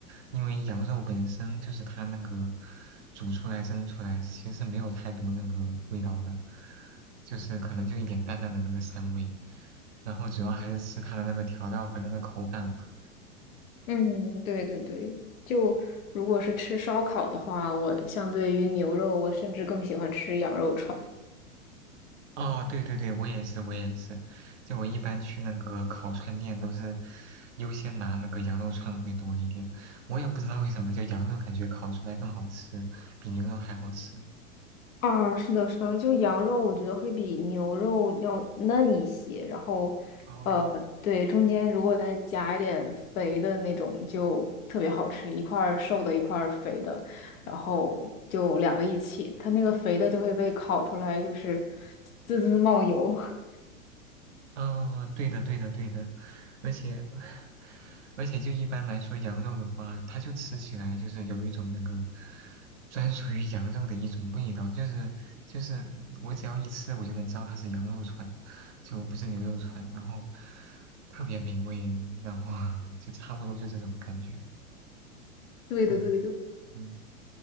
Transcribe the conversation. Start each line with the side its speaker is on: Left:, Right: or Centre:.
Right: 因为羊肉本身就是它那个煮出来蒸出来其实没有太多那个味道的，就是可能就一点淡淡的那个膻味，然后主要还是吃它的那个调料和那个口感吧。
Left: 嗯，对对对，就如果是吃烧烤的话，我相对于牛肉，我甚至更喜欢吃羊肉串。
Right: 哦，对对对，我也是，我也是，就我一般去那个烤串店都是优先拿那个羊肉串会多一点，我也不知道为什么，就羊肉感觉烤出来更好吃，比牛肉还好吃。
Left: 啊，是的，是的，就羊肉，我觉得会比牛肉要嫩一些，然后，
Right: 哦，
Left: 呃，对，中间如果再加一点肥的那种，就特别好吃，一块儿瘦的，一块儿肥的，然后就两个一起，它那个肥的就会被烤出来，就是滋滋冒油。<laughs>
Right: 嗯，对的，对的，对的，而且，<laughs> 而且就一般来说，羊肉的话，它就吃起来就是有一种那个专属于羊肉的一种味道，就是就是我只要一吃，我就能知道它是羊肉串，就不是牛肉串，然后特别美味，然后 <laughs> 就差不多就这种感觉，
Left: 对的，
Right: 嗯。
Left: 对的。
Right: 嗯